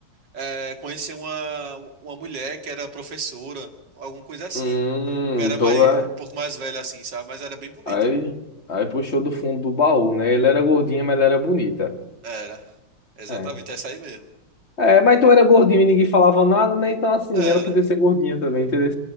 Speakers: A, on the right; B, on the left.
A: é, conheceu uma, uma mulher que era professora, alguma coisa assim,
B: Hum,
A: que era
B: então
A: mais,
B: vai.
A: um pouco mais velha assim, sabe? Mas era bem bonita.
B: Aí, aí puxou do fundo do baú, né? Ele era gordinha, mas ela era bonita.
A: Era, exatamente,
B: É.
A: essa aí mesmo.
B: É, mas tu era gordinho e ninguém falava nada, né? Então, assim,
A: Era,
B: ela podia ser gordinha também, entendeu?